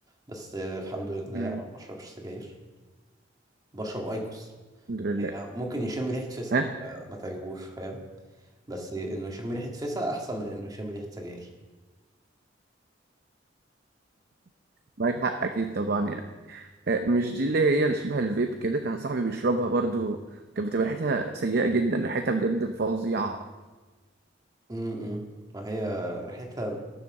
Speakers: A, on the right (about 20°); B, on the right (about 55°).
A: بس آه، الحمد لله
B: أمم،
A: انا ما بشربش سجاير بشرب ايكوس
B: الحمد لله
A: هي ممكن يشم ريحة فسا
B: ها
A: آه، ما تعجبوش فاهم بس انه يشم ريحة فسا احسن من انه يشم ريحة سجاير
B: معاك حق اكيد طبعا يعني. آه، مش دي اللي هي اللي شبه الفيب كده كان صاحبي بيشربها برضو كانت بتبقى ريحتها سيئة جدا ريحتها بجد فظيعة
A: امم ما هي ريحتها